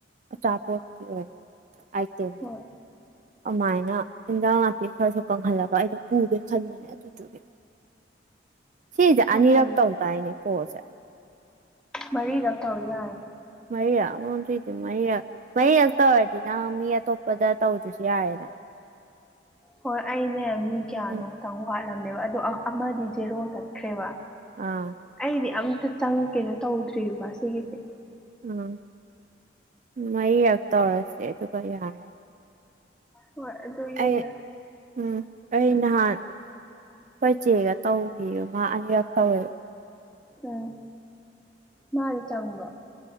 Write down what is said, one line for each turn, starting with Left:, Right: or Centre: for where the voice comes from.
Right: ꯑꯆꯥꯄꯣꯠꯀꯤ ꯑꯣꯏꯅ ꯑꯥꯏꯇꯦꯝꯗꯣ
Centre: ꯍꯣꯏ
Right: ꯑꯃꯥꯏꯅ ꯏꯟꯖꯥꯡ ꯅꯥꯄꯤ ꯈꯔꯁꯨ ꯀꯪꯍꯜꯂꯒ ꯑꯩꯗꯣ ꯄꯨꯒꯦ ꯈꯟꯕꯅꯦ ꯑꯗꯨꯗꯨꯒꯤ ꯁꯤꯖꯦ
Centre: ꯀꯪꯍꯜ
Right: ꯑꯅꯤꯔꯛ ꯇꯧꯗꯥꯏꯅꯦ ꯀꯣꯜꯁꯦ
Centre: ꯃꯔꯤꯔꯛ ꯇꯧꯔ ꯌꯥꯏ
Right: ꯃꯔꯤꯔꯛ ꯑꯣ ꯑꯗꯨꯏꯗꯤ ꯃꯔꯤꯔꯛ ꯃꯔꯤꯔꯛ ꯇꯧꯔꯗꯤ ꯅꯪ ꯃꯤ ꯑꯇꯣꯞꯄꯗ ꯇꯧꯗ꯭ꯔꯁꯨ ꯌꯥꯔꯦꯅ
Centre: ꯍꯣꯏ ꯑꯩꯅꯦ ꯃꯤ ꯀꯌꯥꯅꯣ
Right: ꯎꯝ
Centre: ꯈꯇꯪ ꯋꯥꯠꯂꯝꯅꯦꯕ ꯑꯗꯣ ꯑꯥ ꯑꯃꯗꯤ ꯖꯦꯔꯣ ꯆꯠꯈ꯭ꯔꯦꯕ
Right: ꯑꯥ
Centre: ꯑꯩꯗꯤ ꯑꯝꯇ ꯆꯪ ꯀꯩꯅꯣ ꯇꯧꯗ꯭ꯔꯤꯕ ꯁꯤꯒꯤꯁꯦ
Right: ꯎꯝ ꯃꯌꯤꯌꯛ ꯇꯧꯔꯁꯦ ꯑꯗꯨꯒ ꯌꯥꯔꯦ
Centre: ꯍꯣꯏ ꯑꯗꯨ ꯌꯦꯡꯉ
Right: ꯑꯩ ꯎꯝ ꯑꯩ ꯅꯍꯥꯟ ꯈꯣꯏꯆꯦꯒ ꯇꯧꯒꯤꯕ ꯃꯥ ꯑꯅꯤꯔꯛ ꯇꯧꯋꯦꯕ
Centre: ꯑꯥ ꯃꯥꯗꯤ ꯆꯪꯕ꯭ꯔꯣ